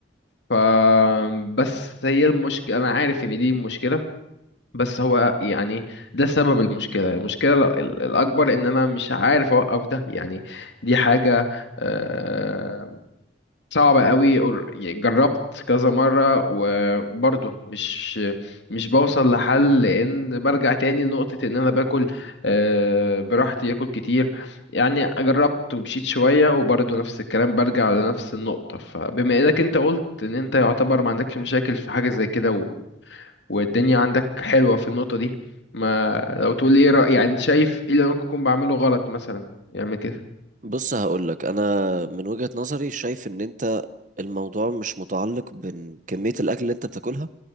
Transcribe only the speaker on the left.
ف بس هي المشكله انا عارف ان دي مشكله بس هو يعني ده سبب المشكلة المشكلة ال- ال- الأكبر إن أنا مش عارف أوقف ده يعني دي حاجة آه، صعبة قوي اور- يعني جربت كذا مرة وبرضه مش مش بوصل لحل لأن برجع تاني لنقطة إن أنا باكل آه، براحتي آكل كتير يعني جربت ومشيت شوية وبرضه نفس الكلام برجع لنفس النقطة فبما إنك أنت قلت إن أنت يعتبر ما عندكش مشاكل في حاجة زي كده والدنيا عندك حلوة في النقطة دي ما لو تقول لي ايه رأي يعني شايف ايه اللي أنا ممكن اكون بعمله غلط مثلا يعمل كده